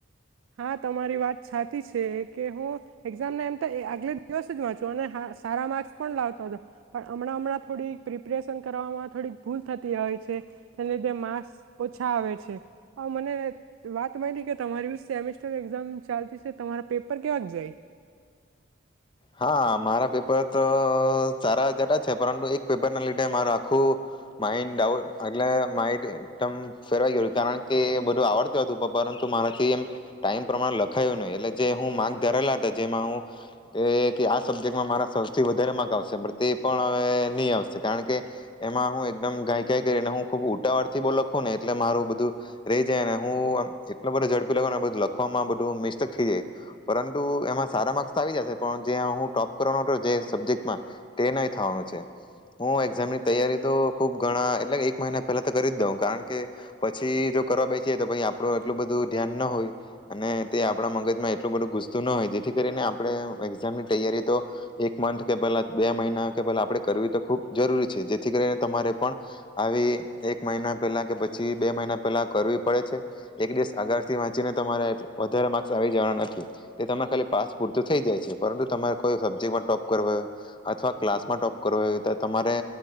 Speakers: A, on the right (about 80°); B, on the left (about 25°).
A: હા તમારી વાત સાચી છે કે હું એક્ઝામ ના એમ તો આગલે દિવસ જ વાંચું અને સારા માર્ક્સ પણ લાવતો હતો, પણ હમણાં હમણાં થોડીક પ્રિપરેશન કરવામાં થોડીક ભૂલ થતી હોય છે, તેને લીધે માર્ક્સ ઓછા આવે છે, હા પણ મને વાત મળી કે તમારી સેમેસ્ટર એક્ઝામ ચાલતી છે તમારા પેપર કેવા જ જાય?
B: હા મારા પેપર તો સારા જતા છે, પરંતુ એક પેપર ના લીધે મારું આખું, માઇન્ડ ડઉટ એટલે માઇડ એકદમ ફેરવાઈ ગયું કારણ કે બધું આવડતું હતું પરંતુ મારાથી એમ ટાઈમ પ્રમાણે લખાયું નહ એટલે જે હ માર્ક ધરેલા હતા જેમાં હું એ કે આ સબ્જેક્ટમાં મારા સૌથી વધારે માર્ક આવશે પણ તે પણ હવે નહી આવશે કારણ કે, એમાં હું એકદમ ગાઈ ગાય કરીને હું ખુબ ઉટાવાળ થી બહુ લખું ને એટલે મારું બધું, રહી જાય ને હુંમ એટલો બધો ઝડપી લખું બધું લખવામાં બધું મિસ્ટેક થઈ જાય, પરંતુ એમાં સારા માર્ક્સ આવી જશે. પણ જ્યાં હું ટોપ કરવાનો હતો જે સબ્જેક્ટમાં, તેનેય થવાનું છે, હું એક્ઝામની તૈયારી તો ખુબ ઘણા એટલે એક મહિના પહેલા તો કરી જ દઉં કારણ કે, પછી જો કરવા બેસીએ તો પછ આપણું એટલું બધું ધ્યાન ન હોય અને તે આપણા મગજમાં એટલું બધું ગુસતું ન હોય જેથી કરીને આપણે એક્ઝામ ની તૈયારી તો, એક મંથ કે પેલા બે મહિના કે પેલા આપણે કરવી તો ખુબ જરૂરી છે જેથી કરીને તમારે પણ, આવી એક મહિના પહેલા કે પછી બે મહિના પહેલા કરવી પડે છે, એક દિવસ અગારથી વાંચીને તમારે વધારે માર્ક્સ આવી જવા નથી, તે તરે ખાલી પાસ પૂરતું થઈ જાય છે. પરંતુ તમારે કોઈ સબ્જેક્ટમાં ટોપ કરો, અથવા ક્લાસમાં ટોપ કરવો‌ તો તમારે,